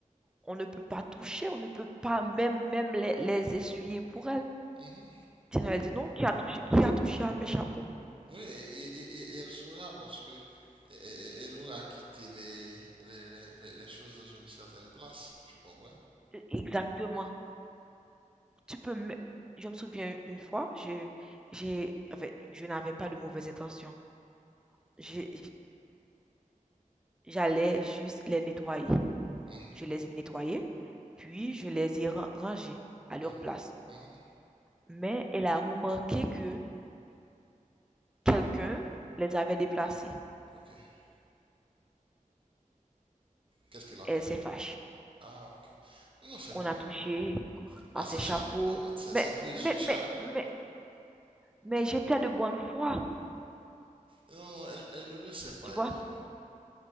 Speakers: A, in the centre; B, on the right.
A: on ne peut pas toucher, on ne peut pas même, même les, les essuyer pour elle.
B: Mhm.
A: Sinon, elle dit non, qui a touché, qui a touché à mes chapeaux?
B: Oui, et, et- et- et elle saura parce que euh, euh, elle aura quitté les, les, les- les- choses dans une certaine place, tu comprends?
A: E- Exactement. Tu peux me je me souviens une fois, je j'ai en fait, je n'avais pas de mauvaises intentions. J'ai j'allais juste les nettoyer.
B: Mhm,
A: Je les ai nettoyés, puis je les ai ra- rangés à leur
B: mhm,
A: place.
B: mhm,
A: Mais elle a remarqué que quelqu'un les avait déplacés.
B: ok. Qu'est-ce qu'elle a
A: Elle
B: fait?
A: s'est fâchée.
B: Ah, ok. Non, c'est
A: On
B: normal.
A: a touché
B: Ah,
A: à
B: c'est
A: ses chapeaux.
B: cha- euh, c'est
A: Mais,
B: c'est précieux,
A: mais,
B: Chavo.
A: mais, mais, mais j'étais de bonne foi,
B: Non, non, elle, elle ne le sait pas
A: tu vois.
B: elle-même.